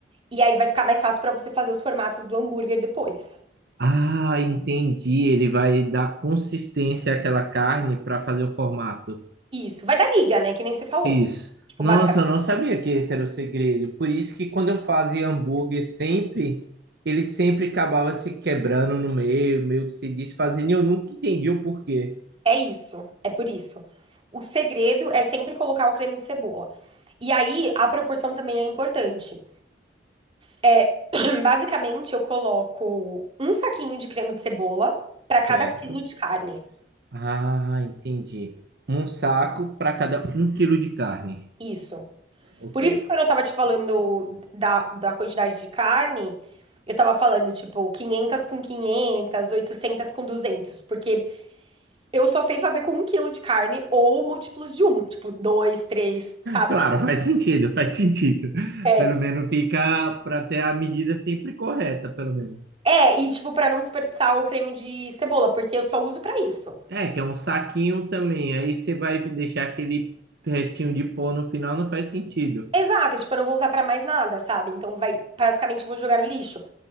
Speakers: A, on the right (about 30°); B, on the right (about 65°).
A: E aí vai ficar mais fácil pra você fazer os formatos do hambúrguer depois.
B: Ah, entendi. Ele vai dar consistência àquela carne para fazer o formato.
A: Isso, vai dar liga, né? Que nem você falou.
B: Isso.
A: Tipo,
B: Nossa,
A: basicamente
B: eu não sabia que esse era o segredo. Por isso que quando eu fazia hambúrguer sempre, ele sempre acabava se quebrando no meio, meio que se desfazendo, e eu nunca entendi o porquê.
A: é isso, é por isso. O segredo é sempre colocar o creme de cebola. E aí a proporção também é importante. É, <clears throat> basicamente eu coloco um saquinho de creme de cebola pra
B: Certo.
A: cada quilo de carne.
B: Ah, entendi. Um saco para cada um quilo de carne.
A: Isso.
B: Ok.
A: Por isso que quando eu tava te falando da, da quantidade de carne, eu tava falando, tipo, 500 com quinhentas 800 com duzentos porque eu só sei fazer com um quilo de carne ou múltiplos de um, tipo, dois, três, sabe?
B: Claro, faz sentido, faz sentido.
A: É,
B: Pelo menos fica para ter a medida sempre correta, pelo menos.
A: é e, tipo, pra não desperdiçar o creme de cebola, porque eu só uso pra isso.
B: É, que é um saquinho também. Aí você vai deixar aquele restinho de pó no final, não faz sentido.
A: Exato, e, tipo, eu não vou usar pra mais nada, sabe? Então vai, basicamente, eu vou jogar no lixo.